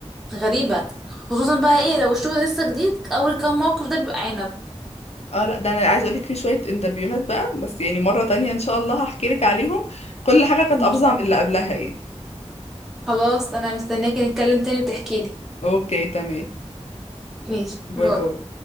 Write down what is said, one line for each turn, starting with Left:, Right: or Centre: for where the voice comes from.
Centre: غريبة خصوصا بقى ايه لو الشغل لسه جديد اول كام موقف ده بيبقى عنب
Left: اه لا ده انا عايز اقولك في شوية انترفيوهات بقى بس يعني مرة تانية ان شاء الله هحكي لك عليهم كل حاجة كانت
Centre: إن
Left: افظع
Centre: شاء
Left: من
Centre: الله.
Left: اللي قبلها يعني
Centre: خلاص انا مستنياكي نتكلم تاني وتحكيلي
Left: اوكي تمام
Centre: ماشي
Left: باي
Centre: باي
Left: باي